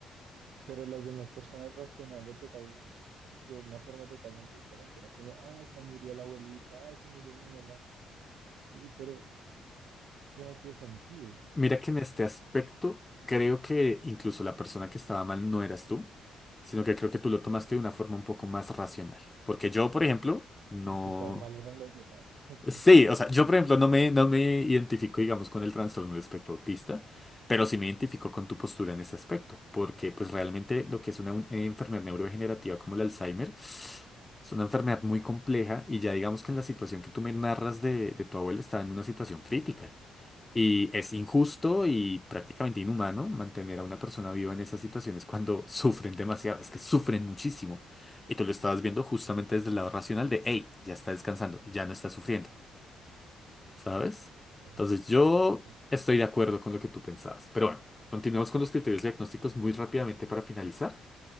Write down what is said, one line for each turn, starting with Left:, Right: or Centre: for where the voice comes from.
Right: Pero las demás personas reaccionando total, de una forma totalmente diferente. Era como, ay, se murió la abuelita, ay, se murió mi mamá. Y Yo, pero eso no tiene sentido.
Left: Mira que en este aspecto creo que incluso la persona que estaba mal no eras tú, sino que creo que tú lo tomaste de una forma un poco más racional. Porque yo, por ejemplo,
Right: No-
Left: no...
Right: Los que estaban mal eran los demás. <laughs>
Left: Sí, o sea, yo, por ejemplo, no me, no me identifico, digamos, con el trastorno del espectro autista, pero sí me identifico con tu postura en ese aspecto, porque pues realmente lo que es una un- enfermedad neurodegenerativa como el Alzheimer es una enfermedad muy compleja y ya digamos que en la situación que tú me narras de, de tu abuela estaba en una situación crítica. Y es injusto y prácticamente inhumano mantener a una persona viva en esas situaciones cuando sufren demasiado, es que sufren muchísimo. Y tú lo estabas viendo justamente desde el lado racional de, hey, ya está descansando, ya no está sufriendo, ¿sabes?
Right: Ok,
Left: Entonces yo
Right: ok.
Left: estoy de acuerdo con lo que tú pensabas. Pero bueno, continuamos con los criterios diagnósticos muy rápidamente para finalizar.